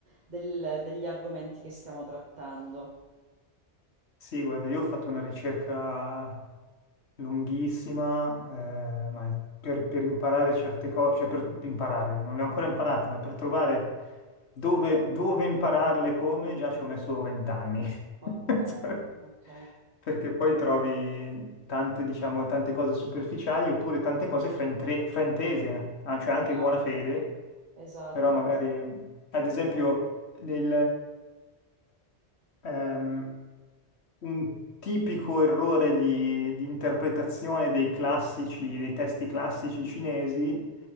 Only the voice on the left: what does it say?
Sì, guarda, io ho fatto una ricerca lunghissima, eh, ma è- per, per imparare certe cose, cioè per imparare, non le ho ancora imparate, ma per trovare dove, dove impararle, come, già ci ho messo vent'anni. <laughs>
Perché poi trovi tante, diciamo, tante cose superficiali oppure tante cose fraintre- fraintese, ah, cioè anche
in buona fede,
però magari, ad esempio, nel, ehm, un tipico errore di, di interpretazione dei classici, dei testi classici cinesi